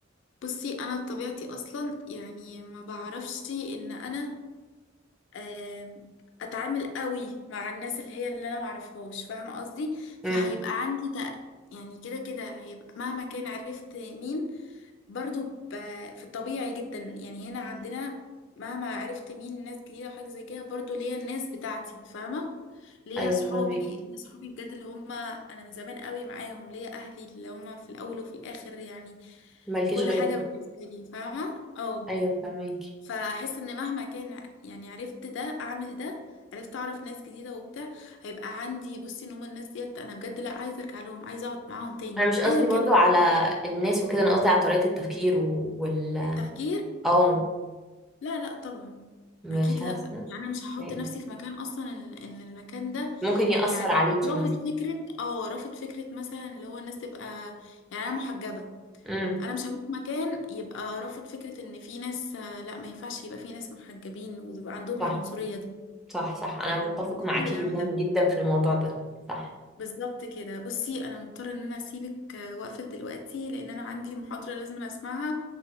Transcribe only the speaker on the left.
بصي انا بطبيعتي اصلا يعني ما بعرفش ان انا آم، اتعامل قوي مع الناس اللي هي اللي انا ما اعرفهاش فاهمه قصدي فهيبقى
عندي تق... يعني كده كده هيبقى مهما كان عرفت مين برضو ب... في الطبيعي جدا يعني هنا عندنا مهما عرفت مين ناس جديدة وحاجة زي كده برضو ليا الناس بتاعتي فاهمة ليا
صحابي
ليا صحابي بجد اللي هم أنا من زمان قوي معاهم ليا أهلي اللي هم في الأول وفي الآخر يعني
كل
حاجة بالنسبة لي فاهمة اه
فأحس إن مهما كان يعني عرفت ده أعمل ده عرفت أعرف ناس جديدة وبتاع هيبقى عندي بصي إن هم الناس ديت أنا بجد لأ عايزة أرجع لهم عايزة أقعد معاهم تاني
أيا كان
التفكير
لا لا طبعا
اكيد
لا يعني انا مش هحط
نفسي في مكان اصلا ال- ان المكان ده
يعني
رافض
فكره اه رافض فكره مثلا اللي هو الناس تبقى يعني انا محجبه
انا مش هروح مكان يبقى رافض فكره ان في ناس آه، لا ما ينفعش يبقى في ناس محجبين ويبقى عندهم
العنصريه دي
فمستحيل
اعمل
ده
بالظبط كده بصي انا مضطره ان انا اسيبك آه، واقفل دلوقتي لان انا عندي محاضره لازم أنا اسمعها